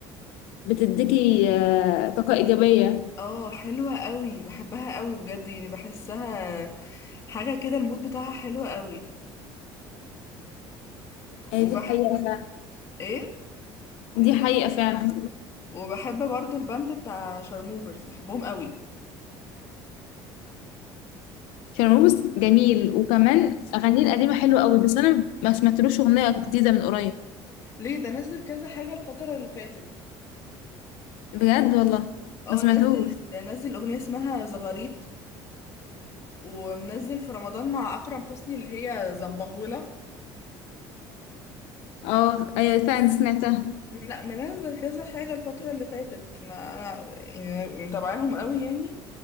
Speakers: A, on the left; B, on the left.
A: بتديكي آه، طاقة ايجابية
B: اه حلوة قوي بحبها قوي بجد يعني بحسها حاجة كده المود بتاعها حلوة قوي
A: آه،
B: وبح
A: دي حقيقة فعلا
B: ايه
A: دي حقيقة فعلا
B: وبحب برضو الباند بتاع شارموفرز بحبهم قوي
A: فيروز جميل وكمان أغانيه القديمة حلوة قوي بس أنا ما سمعتلوش أغنية جديدة من قريب
B: ليه ده نزل كذا حاجة الفترة اللي فاتت
A: بجد والله
B: اه
A: ما سمعتهوش
B: نزل نزل اغنية اسمها زغاريط ومنزل في رمضان مع اكرم حسني اللي هي زنبهولة
A: اه أيوة فعلا سمعتها
B: لا منزل كذا حاجة الفترة اللي فاتت ما انا يعني متابعاهم قوي يعني